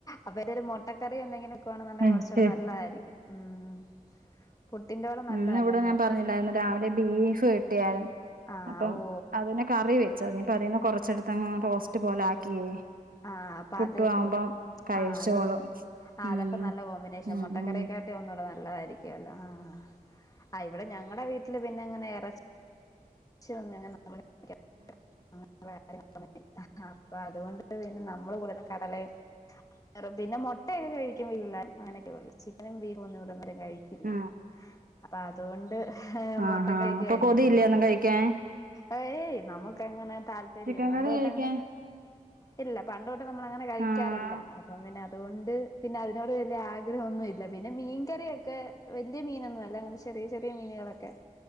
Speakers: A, on the left (about 25°); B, on the right (about 80°).
A: അപ്പൊ എന്റെ ഒരു മൊട്ടക്കറി എന്തെങ്കിലും വക്കുവാണെന്നുണ്ടങ്കിൽ
B: അതെ
A: കൊറച്ചൂ ടെ നല്ലതായിരിക്കും. ഉം പുട്ടിന്റെ കൂടെ നല്ലതല്ലേ
B: ഉന്ന് ഇവിടെ
A: മുട്ടക്കറി
B: ഞാൻ പറഞ്ഞില്ലായിരുന്നു രാവിലെ ബീഫ് കിട്ടിയാരുന്നു.
A: ആഹ്
B: അപ്പം
A: ഓ
B: അതിനെ കറി വെച്ചു അതിന്ന് കൊറച്ചടുത്തങ്ങ് റോസ്റ്റ് പോലെ ആക്കിയേ.
A: ആഹ അപ്പൊ
B: പുട്ടും
A: അത
B: ആവുമ്പം
A: കൂടെ
B: കഴിച്ചോളും
A: ആഹ് അത് ആ
B: ഉം
A: അതപ്പ നല്ല കോമ്പിനേഷൻ
B: ഉം
A: മൊട്ടക്കറിയക്കാട്ടിലും
B: ഉം
A: ഒന്നുടെ നല്ലതായി. <unintelligible> ആ ഇവിടെ ഞങ്ങളടെ വീട്ടില് പിന്നെങ്ങനെ ഇറച്ച <unintelligible> <unintelligible> അപ്പം അതുകൊണ്ട് നമ്മള് കൂടുതലും കടലയും. <unintelligible> പിന്നെ മൊട്ടയൊക്കെ കഴിക്കുമ്പോ അങ്ങനൊക്കെ ഉള്ളൂ ചിക്കനും ബീഫും ഒന്നും ഇവിട വരെ. കഴിക്കില്ല
B: ഉം
A: അപ്പൊ അതുകൊണ്ട്
B: ആഹാ
A: മൊട്ടകഴിക്ക
B: അപ്പൊ
A: ആയിരിക്കും
B: കൊതിയില്ലേ
A: കൂടുതൽ
B: ഒന്നും കഴിക്കാൻ
A: ഏ ഏയ് നമ്മുക്ക്. അങ്ങനെ താല്പര്യല്ല
B: ചിക്കൻ
A: പണ്ട്
B: കറി
A: തൊട്ട
B: കഴിക്കാൻ
A: അങ്ങനെ ഇല്ല. പണ്ടുതൊട്ട് നമ്മളങ്ങനെ കഴിക്കാറില്ല
B: ആഹ്
A: അപ്പ പിന്നെ അതുകൊണ്ട് പിന്നെ അതിനോട് വലിയ ആഗ്രഹം ഒന്നുല്ല പിന്നെ മീൻകറിയൊക്കെ വലിയ മീനൊന്നും അല്ല അങ്ങനെ ചെറി ചെറിയ ചെറിയ മീനുകളൊക്കെ